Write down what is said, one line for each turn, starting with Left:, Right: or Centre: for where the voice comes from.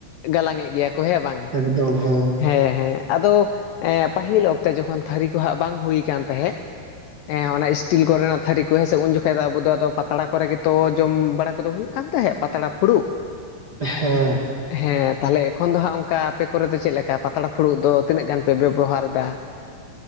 Left: ᱜᱟᱞᱟᱝᱮᱫ ᱜᱮᱭᱟ ᱠᱚ ᱦᱮᱸ ᱵᱟᱝ?
Right: ᱮᱠᱫᱚᱢ ᱦᱮᱸ᱾
Left: ᱦᱮᱸ ᱦᱮᱸ ᱟᱫᱚ ᱮᱸ ᱯᱟᱹᱦᱤᱞ ᱚᱠᱛᱮ ᱡᱚᱠᱷᱚᱱ ᱛᱷᱟᱹᱨᱤ ᱠᱚ ᱦᱟᱸᱜ ᱵᱟᱝ ᱦᱩᱭ ᱠᱟᱱ ᱛᱟᱦᱮᱸᱜ ᱦᱮᱸ ᱚᱱᱟ ᱤᱥᱴᱤᱞ ᱠᱚᱨᱮᱱᱟᱜ ᱛᱷᱟᱹᱨᱤ ᱠᱚ ᱦᱮᱸ ᱥᱮ ᱩᱱ ᱡᱚᱠᱷᱟᱡ ᱫᱚ ᱟᱵᱚᱫᱚ ᱫᱚ ᱯᱟᱛᱲᱟ ᱠᱚᱨᱮ ᱜᱮᱛᱚ ᱡᱚᱢ ᱵᱟᱲᱟ ᱠᱚᱫᱚ ᱦᱩᱭᱩᱜ ᱠᱟᱱ ᱛᱟᱦᱮᱸᱫ ᱯᱟᱛᱲᱟ ᱯᱷᱩᱲᱩᱜ ᱾ <inaudible>
Right: ᱦᱮᱸ ᱾
Left: ᱦᱮᱸ ᱛᱟᱦᱞᱮ ᱮᱠᱷᱚᱱ ᱫᱚ ᱦᱟᱜ ᱚᱝᱠᱟ ᱟᱯᱮ ᱠᱚᱨᱮ ᱫᱚ ᱪᱮᱫᱞᱮᱠᱟ ᱯᱟᱛᱲᱟ ᱯᱷᱩᱲᱩᱜ ᱫᱚ ᱛᱤᱱᱟᱹᱜ ᱜᱟᱱ ᱯᱮ ᱵᱮᱵᱚᱦᱟᱨ ᱫᱟ?